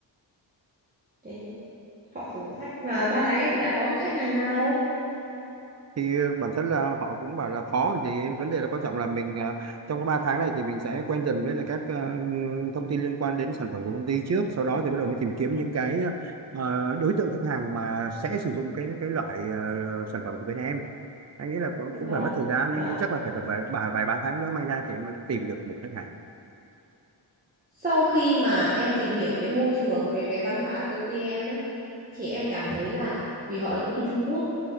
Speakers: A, on the right; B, on the right.
A: thế họ thử thách mà 3 tháng em đã có cái khách hàng nào đâu
B: thì bản thân là họ cũng bảo là khó còn gì vấn đề là quan trọng là mình à, trong cái ba tháng này thì mình sẽ quen dần với lại các à, thông tin liên quan đến sản phẩm của công ty trước sau đó thì bắt đầu mới tìm kiếm những cái à, đối tượng khách hàng mà sẽ sử dụng cái cái loại à, sản phẩm của bên em anh nghĩ là cũng
A: vâng
B: cũng phải mất thời gian
A: đó
B: anh nghĩ chắc là phải tầm vài vài, vài ba tháng nữa may ra thì em mới tìm được một khách hàng
A: sau khi mà em tìm hiểu cái môi trường cái cái văn hóa ở công ty em ấy thì em cảm thấy là vì họ là công ty Trung Quốc